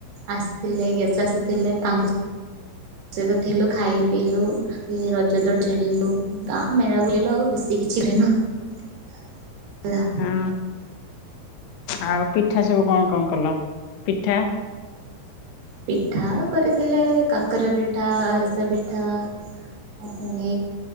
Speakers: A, on the right; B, on the left.
A: ଆସିଥିଲେ ଗେଷ୍ଟ ଆସିଥିଲେ ତାଙ୍କୁ ସହିତ ଥିଲୁ ଖାଇଲୁ ପିଇଲୁ ସେ ରଜ ଦୋଳି ଚେଲିଲୁ ଗାଁ ମେଳା ବୁଲିଲୁ ଆଉ ବେଶୀ କିଛି ଦିନ <inaudible> ହେଲୋ
B: ହଁ ଆଉ ପିଠା ସବୁ କଣ କଣ କଲ? ପିଠା।
A: ପିଠା କରିଥିଲେ କାକରା ପିଠା, ଆରିସା ପିଠା। ଆ ପୁଣି